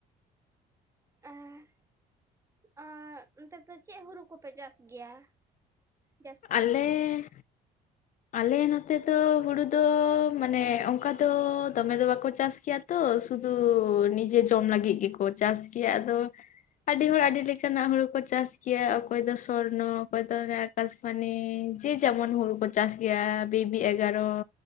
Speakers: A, on the right; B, on the left.
A: ᱟᱨ ᱟᱨ ᱚᱱᱛᱮ ᱫᱚ ᱪᱮᱫ ᱦᱩᱲᱩ ᱠᱚᱯᱮ ᱪᱟᱥ ᱜᱮᱭᱟ ᱡᱟᱹᱥᱛᱤ?
B: ᱟᱞᱮ ᱟᱞᱮ ᱱᱚᱛᱮ ᱫᱚ ᱦᱩᱲᱩ ᱫᱚ ᱢᱟᱱᱮ ᱚᱱᱠᱟ ᱫᱚ ᱫᱚᱢᱮ ᱫᱚ ᱵᱟᱠᱚ ᱪᱟᱥ ᱜᱮᱭᱟ ᱛᱚ ᱥᱩᱫᱷᱩ ᱱᱤᱡᱮ ᱡᱚᱢ ᱞᱟᱹᱜᱤᱫ ᱜᱮᱠᱚ ᱪᱟᱥ ᱜᱮᱭᱟ ᱟᱫᱚ ᱟᱹᱰᱤ ᱦᱚᱲ ᱟᱹᱰᱤ ᱞᱮᱠᱟᱱᱟᱜ ᱦᱩᱲᱩ ᱠᱚ ᱪᱟᱥ ᱜᱮᱭᱟ ᱚᱠᱚᱭ ᱫᱚ ᱥᱚᱨᱱᱚ ᱚᱠᱚᱭ ᱫᱚ ᱠᱟᱥᱢᱟᱱᱤ ᱡᱮ ᱡᱮᱢᱚᱱ ᱦᱩᱲᱩ ᱠᱚ ᱪᱟᱥ ᱜᱮᱭᱟ ᱵᱤᱵᱤ ᱮᱜᱟᱨᱚ